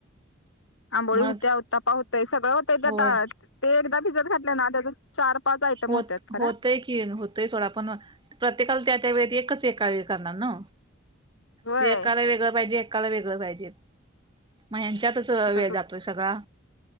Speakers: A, on the left; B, on the right.
A: आंबोळी
B: मग
A: होत्या उत्तप्पा होतय सगळं होतंय त्या
B: होय
A: ते एकदा भिजत घातले ना त्याच चार. पाच आयटम
B: होत
A: होत्यात
B: होत.
A: खरा
B: होतय की होतंय सोडा पण प्रत्येकाला त्या त्या वेळेत एकच एका वेळ करणार ना.
A: होय
B: ते एकाला वेगळं पाहिजे एकाला वेगळं पाहिजे मग ह्याचात.
A: तसच
B: वेळ जातोय सगळा.